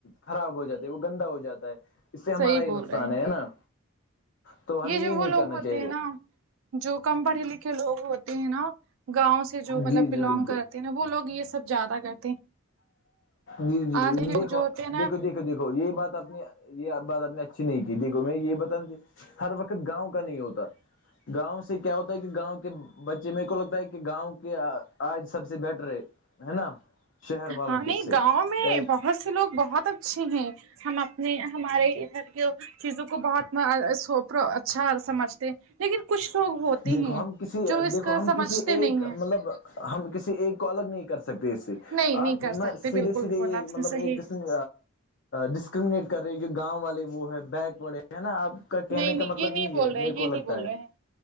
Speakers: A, on the left; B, on the right.
A: خراب ہو جاتی ہے وہ گندا ہو جاتا ہے اس سے ہمارا
B: صحیح
A: ہی
B: بول
A: نقصان
B: رہے ہیں
A: ہے ہے نا تو ہمیں
B: جو
A: یہ
B: وہ
A: نہیں
B: لوگ
A: کرنا
B: ہوتے
A: چاہیے
B: ہیں نا جو کم پڑھے لکھے لوگ ہوتے ہیں نا گاؤں سے جو مطلب
A: جی
B: بلونگ
A: جی بالکل
B: کر تے ہے نہ وہ لوگ یہ سب زیادہ کرتے ہیں
A: جی جی
B: آج لوگ
A: دیکھو
B: جو ہوتے ہیں نا
A: دیکھو دیکھو دیکھو یہ بات آپ نے یہ بات آپ نے اچھی نہیں کی دیکھو میں یہ بتانا ہر وقت گاؤں کا نہیں ہوتا گاؤں سے کیا ہوتا ہے کہ گاؤں کے بچے میرے کو لگتا ہے کہ گاؤں کے آج سب سے بیٹر ہے ہے نا شہر والوں
B: ہاں نہیں
A: کے سے
B: گاؤں میں بہت سے لوگ بہت اچھے ہیں ہم اپنے ہمارے ادھر کی چیزوں کو بہت سوپرو اچھا سمجھتے لیکن کچھ لوگ ہوتے
A: دیکھو
B: ہیں
A: ہم کسی
B: جو اس
A: دیکھو
B: کا
A: ہم
B: سمجھتے
A: کسی ایک
B: نہیں ہیں
A: مطلب ہم کسی ایک کو الگ نہیں کر سکتے اس سے
B: نہیں نہیں
A: آپ نہ
B: کر سکتے
A: سیدھے
B: بالکل
A: سیدھے
B: بولا
A: یہ
B: آپ
A: مطلب
B: نے صحیح
A: ایک قسم ڈسکرمنیٹ کر رہی جو گاؤں والے وہ ہے بیکورڈ ہے نا آپ کا کہنے
B: نہیں نہیں
A: کا مطلب
B: یہ نہیں
A: یہی
B: بول
A: ہے
B: رہے
A: میرے
B: یہ
A: کو لگتا
B: نہیں بول
A: ہے
B: رہے ہیں